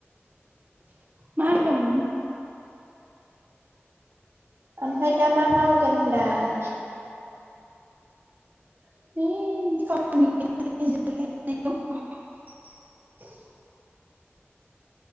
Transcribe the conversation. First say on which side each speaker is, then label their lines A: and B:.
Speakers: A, on the right; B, on the right.
A: मा होनदोंमोन
B: ओमफ्राय दा मा मा मावगोन होनदां
A: <unintelligible> <inaudible>